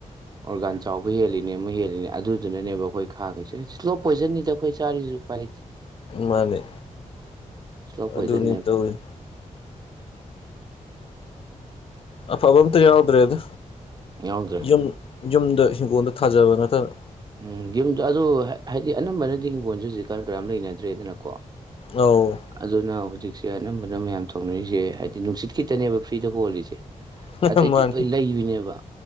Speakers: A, on the right (about 30°); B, on the left (about 45°).
A: ꯑꯣꯔꯒꯥꯟ ꯆꯥꯎꯕ ꯍꯦꯜꯂꯤꯅꯦ ꯑꯃ ꯍꯦꯜꯂꯤꯅꯦ ꯑꯗꯨꯗꯨꯅꯅꯦꯕ ꯑꯩꯈꯣꯏ ꯈꯥꯡꯉꯤꯁꯦ <unintelligible> ꯄꯣꯏꯖꯟꯅꯤꯗ ꯑꯩꯈꯣꯏ ꯆꯥꯔꯤꯁꯨ ꯎꯄꯥꯏ
B: ꯃꯥꯅꯦ
A: ꯁ꯭ꯂꯣ ꯄꯣꯏꯖꯟꯅꯦꯕ
B: ꯑꯗꯨꯅꯤ ꯇꯧꯔꯤ ꯑꯐꯕ ꯑꯝꯇ ꯌꯥꯎꯗ꯭ꯔꯦꯗ
A: ꯌꯥꯎꯗ꯭ꯔꯦ
B: ꯌꯨꯝ ꯌꯨꯝꯗ ꯍꯤꯡꯒꯣꯜꯗ ꯊꯥꯖꯕ ꯅꯠꯇꯕ
A: ꯎꯝ ꯌꯨꯝꯗ ꯑꯗꯨꯗ ꯍꯥꯏꯗꯤ ꯑꯅꯝꯕꯅꯗꯤ ꯍꯤꯡꯒꯣꯟꯜꯁꯨ ꯍꯧꯖꯤꯛ ꯀꯥꯟ ꯀꯅꯥꯝ ꯂꯩꯅꯗ꯭ꯔꯦꯗꯅꯀꯣ
B: ꯑꯧ
A: ꯑꯗꯨꯅ ꯍꯧꯖꯤꯛꯁꯦ ꯑꯅꯝꯕꯅ ꯃꯌꯥꯝ ꯊꯧꯅꯔꯤꯁꯦ ꯍꯥꯏꯗꯤ ꯅꯨꯡꯁꯤꯠ ꯈꯤꯇꯅꯦꯕ ꯐ꯭ꯔꯤꯗ ꯍꯣꯜꯂꯤꯁꯦ
B: <unintelligible>
A: ꯑꯇꯩꯗꯤ
B: ꯃꯥꯅꯤ
A: ꯂꯣꯏ ꯂꯩꯕꯤꯅꯦꯕ